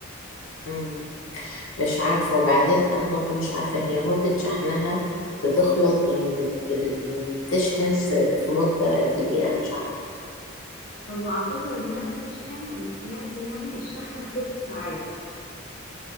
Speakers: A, on the left; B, on the left.
A: مم. مش عارفة وبعدين أنا برضو مش عارفة هي مدة شحنها بتخلص يعني بت... ال- يعني بتشحن في في مدة قد ايه أنا مش عارفة
B: هو أعتقد إنها بتشحن اللي سمعته يعني الشحنة في ست ساعات